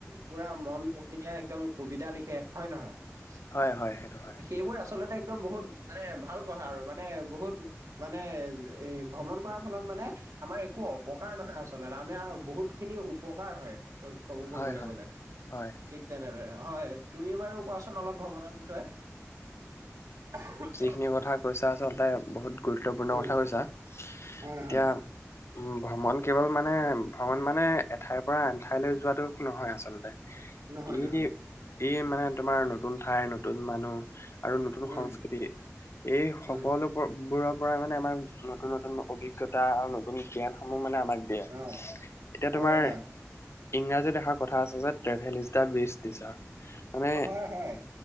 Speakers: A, on the right; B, on the left.
A: পুৰা মন মোহিনী একদম কবিতা লিখে হয় নহয় <inaudible>
B: হয়-হয় <unintelligible>
A: সেইবোৰ আচলতে একদম বহুত মানে ভাল কথা আৰু মানে বহুত মানে এ ভ্ৰমণ কৰাৰ ফলত মানে আমাৰ একো <unintelligible> অপকাৰ নহয় আচলতে <unintelligible> আৰু বহুতখিনি উপকাৰ হয় অ কব কবলৈ
B: হয় হয়
A: গ'লে
B: হয়
A: ঠিক তেনেদৰে হয় তুমি বাৰু কোৱাচোন? <unintelligible> অলপ ভ্ৰমণৰ বিষয়ে <unintelligible>
B: খিনি কথা কৈছা আচলতে বহুত গুৰুত্বপূৰ্ণ
A: উম
B: কথা কৈছা
A: হয়
B: এতিয়া
A: হয়
B: উম ভ্ৰমণ কেৱল মানে ভ্ৰমণ মানে এঠাইৰ পৰা আন ঠাইলৈ যোৱাটো নহয় আচলতে <unintelligible>
A: নহয়-নহয়
B: ই ই মানে তোমাৰ নতুন ঠাই নতুন মানুহ <unintelligible> আৰু নতুন সংস্কৃতি
A: উম
B: এই
A: উম
B: সকলোবোৰক <unintelligible> পৰা মানে আমাৰ নতুন-নতুন অভিজ্ঞতা আৰু নতুন জ্ঞানসমূহ মানে আমাক <unintelligible> দিয়া
A: অ'
B: <unintelligible> এতিয়া
A: হয়
B: তোমাৰ
A: হয়
B: ইংৰাজীত এষাৰ কথা আছে যে travel is the best teacher <unintelligible> মানে
A: হয়-হয়